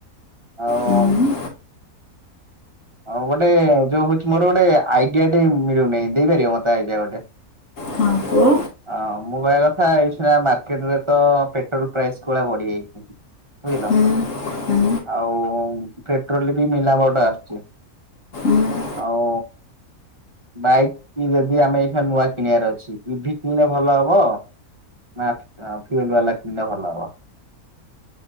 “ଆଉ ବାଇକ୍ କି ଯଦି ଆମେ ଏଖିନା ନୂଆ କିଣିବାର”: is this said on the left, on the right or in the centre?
Right